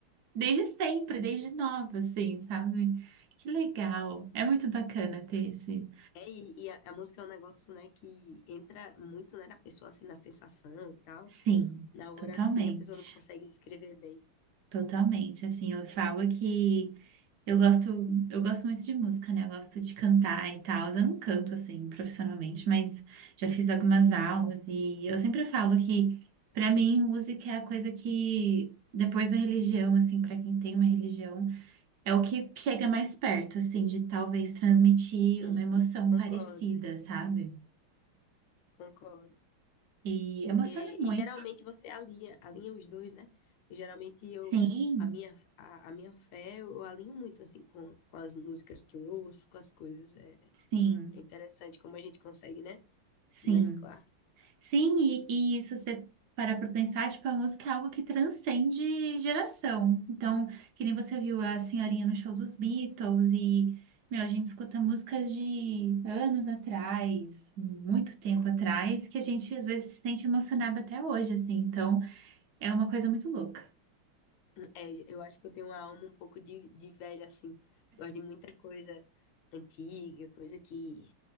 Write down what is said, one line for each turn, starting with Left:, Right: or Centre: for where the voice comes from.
Right: desde sempre,
Left: Isso.
Right: desde nova, assim, sabe? Que legal. É muito bacana ter esse.
Left: É, e, e a, a música é um negócio, né, que entra muito, né, na pessoa, assim, na sensação e tal.
Right: Sim,
Left: Na hora,
Right: totalmente.
Left: assim, a pessoa não consegue descrever bem.
Right: Totalmente, assim, eu falo que eu gosto, eu gosto muito de música, né? Eu gosto de cantar e tal. Eu não canto assim profissionalmente, mas já fiz algumas aulas e eu sempre falo que pra mim música é a coisa que depois da religião, assim, pra quem tem uma religião, é o que chega mais perto, assim, de talvez transmitir
Left: Sim,
Right: uma emoção
Left: concordo.
Right: parecida, sabe?
Left: Concordo.
Right: E emociona
Left: Porque-
Right: muito.
Left: E, geralmente você alinha, alinha os dois, né? E geralmente eu,
Right: Sim,
Left: a minha, a, a minha fé, eu alinho muito assim com, com as músicas que eu ouço, com as coisas. É,
Right: sim,
Left: é interessante como a gente consegue, né?
Right: sim.
Left: Mesclar.
Right: Sim, e, e se você parar para pensar, tipo, a música é algo que transcende geração. Então, que nem você viu a senhorinha no show dos Beatles e, meu, a gente escuta músicas de anos atrás, muito tempo atrás, que a gente às vezes se sente emocionado até hoje, assim. Então, é uma coisa muito louca.
Left: É, eu acho que eu tenho uma alma um pouco de, de velha, assim. Gosto de muita coisa antiga, coisa que,